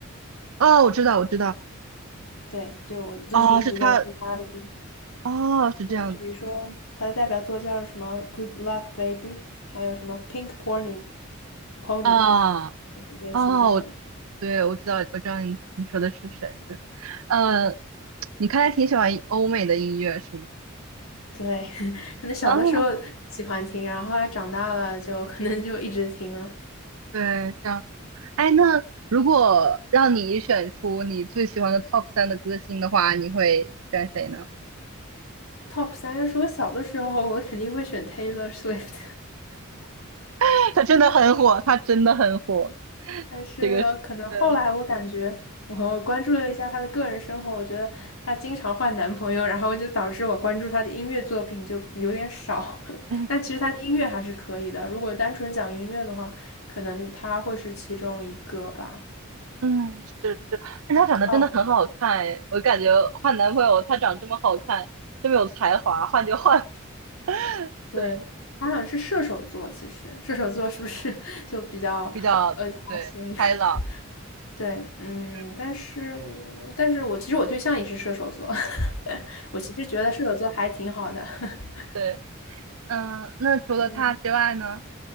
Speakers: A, on the right; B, on the left.
A: 哦，我知道，我知道，
B: 对，就是我最近一直在听她的歌。
A: 哦，是他哦，是这样子，
B: 对，就比如说她的代表作叫什么《Good Luck Baby》，还有什么《Pink Pony Pony
A: 啊
B: Club》，类似于这种。
A: 哦，我对我知道我知道你你说的是谁，对，呃，
B: 嗯。
A: 你看来挺喜欢欧美的音乐是吗？
B: 对，<laughs> 可能小的时候喜欢听，
A: 哦，
B: 然后后来长大了就可能就一直听了。
A: 对，这样。哎，那如果让你选出你最喜欢的 top 三的歌星的话，你会选谁呢？
B: Top 三要是我小的时候，我肯定会选 Taylor Swift，
A: <laughs> 他真的很火，他真的很火，
B: <laughs> 但是可能后来我感觉我关注了一下她的个人生活，
A: 这个是 <laughs>，呃，
B: 我觉得她经常换男朋友，然后就导致我关注她的音乐作品就有点少。<laughs>
A: 嗯
B: 但其实她的音乐还是可以的，如果单纯讲音乐的话，可能她会是其中一个吧。
A: 嗯，是是，但他长得真的很好看哎，
B: 哦，
A: 我感觉换男朋友他长这么好看，这么有才华，换就换，<laughs>
B: 对，
A: 对，
B: 他好像是射手座，
A: 嗯
B: 其实射手座是不是 <laughs> 就比较呃花心？
A: 比较对开朗，
B: <laughs> 对，嗯，
A: 嗯，
B: 但是但是我其实我对象也是射手座，<laughs> 我其实觉得射手座还挺好的。<laughs>
A: <laughs> 对，嗯，那除了他之外呢？
B: 嗯，